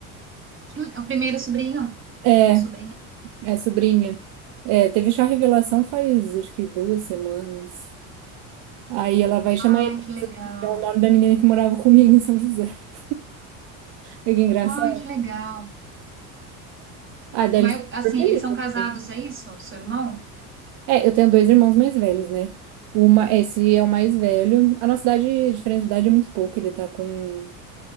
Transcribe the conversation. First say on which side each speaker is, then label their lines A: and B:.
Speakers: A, on the right; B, on the right.
A: Que le- É o primeiro sobrinho
B: É,
A: ou sobrinha?
B: é sobrinha. É, teve chá revelação faz acho que duas semanas. Aí ela vai chamar
A: Ai,
B: Elisa,
A: que legal.
B: que é o nome da menina que morava comigo em São José. <laughs> Olha Que engraçado.
A: Ai, que legal.
B: Ah, daí
A: Mas,
B: eles estão
A: assim,
B: super felizes.
A: eles são
B: assim.
A: casados, é isso? Seu irmão?
B: É, eu tenho dois irmãos mais velhos, né? Uma, esse é o mais velho. A nossa idade, diferente de idade, é muito pouco. Ele tá com